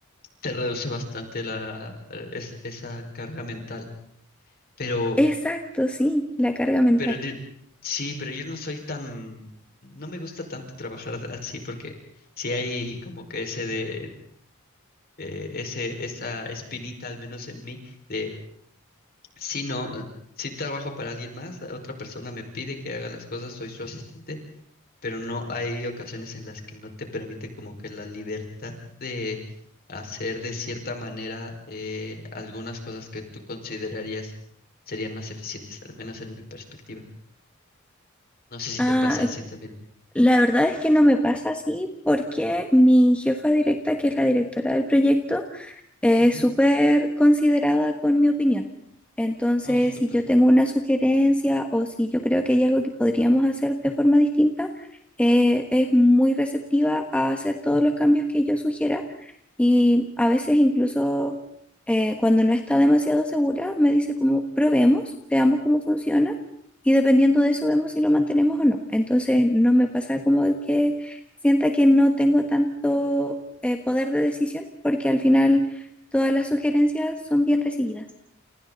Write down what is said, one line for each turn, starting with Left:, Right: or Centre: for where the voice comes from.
Left: Te reduce bastante la, eh, es- esa carga mental, pero
Centre: Exacto, sí, la carga mental.
Left: pero de- sí, pero yo no soy tan, no me gusta tanto trabajar así porque si hay como que ese de, eh, ese, esa espinita al menos en mí de, si no, eh, si trabajo para alguien más, la otra persona me pide que haga las cosas, soy su asistente, pero no hay ocasiones en las que no te permite como que la libertad de hacer de cierta manera eh, algunas cosas que tú considerarías serían más eficientes, al menos en mi perspectiva. No sé si
Centre: Ah,
Left: te pase así también.
Centre: La verdad es que no me pasa así porque mi jefa directa, que es la directora del proyecto, es
Left: Ujú.
Centre: súper considerada con mi opinión. Entonces,
Left: Oh, súper.
Centre: si yo tengo una sugerencia o si yo creo que hay algo que podríamos hacer de forma distinta, eh, es muy receptiva a hacer todos los cambios que yo sugiera y a veces incluso eh, cuando no está demasiado segura, me dice como probemos, veamos cómo funciona y dependiendo de eso vemos si lo mantenemos o no. Entonces, no me pasa como que sienta que no tengo tanto eh, poder de decisión porque al final... Todas las sugerencias son bien recibidas.